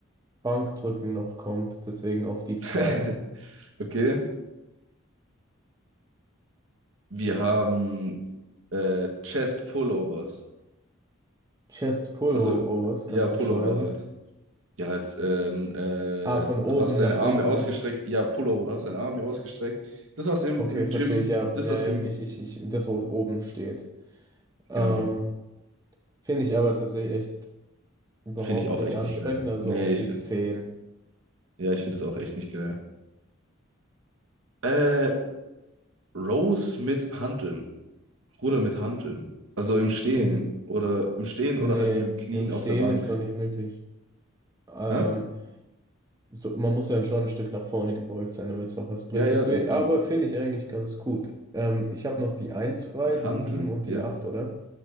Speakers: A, on the right; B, on the right.
A: Bankdrücken noch kommt, deswegen auf die zwei.
B: <laughs> Okay. Wir haben äh, Chest Pullovers.
A: Chest Pullovers,
B: Also, ja,
A: kannst du
B: Pullover
A: beschreiben?
B: halt. Ja, halt, ähm, äh,
A: Ah, von oben
B: du hast
A: nach
B: deine
A: unten.
B: Arme ausgestreckt. Ja, Pullover, du hast deine Arme ausgestreckt. Das, was im,
A: Okay,
B: im
A: verstehe
B: Gym,
A: ich, ja.
B: das,
A: Ja,
B: was im.
A: ich, ich, ich, das, wo oben steht. Ähm,
B: Genau.
A: finde ich aber tatsächlich echt überhaupt
B: Finde ich auch
A: nicht
B: echt
A: ansprechend,
B: nicht geil.
A: also
B: Nee,
A: auf
B: ich
A: die
B: finde.
A: zehn.
B: Ja, ich finde das auch echt nicht geil. Äh, Rows mit Hanteln. Ruder mit Hanteln. Also im Stehen.
A: Im,
B: Oder im Stehen
A: nee,
B: oder halt mit dem Knien
A: im Stehen
B: auf der Bank.
A: ist doch nicht möglich. Ähm,
B: Hä?
A: so, man muss ja schon ein Stück nach vorne gebeugt sein, damit es auch was bringt.
B: Ja, ja,
A: Deswegen,
B: du,
A: aber
B: du.
A: finde ich eigentlich ganz gut. Ähm, ich habe noch die eins frei,
B: Mit
A: die
B: Hanteln,
A: sieben und
B: ja.
A: die 8 oder?